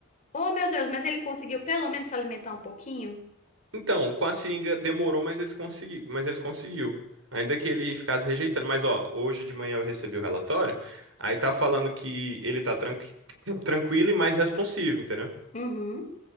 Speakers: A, on the left; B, on the right.
A: Oh, meu Deus, mas ele conseguiu pelo menos se alimentar um pouquinho?
B: Então, com a seringa demorou, mas eles consegui... mas eles conseguiu. Ainda que ele ficasse rejeitando. Mas, ó, hoje de manhã eu recebi o relatório. Aí tá falando que ele tá tranqui... <coughs> <clears throat> tranquilo e mais responsivo, entendeu?
A: Uhum.